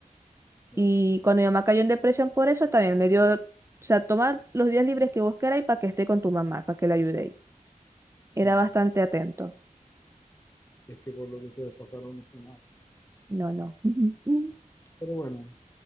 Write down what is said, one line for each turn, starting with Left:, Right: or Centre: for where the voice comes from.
Left: claro.
Right: Y cuando mi mamá cayó en depresión por eso, también me dio, o sea, toma los días libres que vos queráis para que esté con tu mamá, para que la ayudéis. Era
Left: No,
Right: bastante atento.
Left: Es que por lo que ustedes pasaron no fue nada. pues.
Right: No, no. <laughs>
Left: Pero bueno,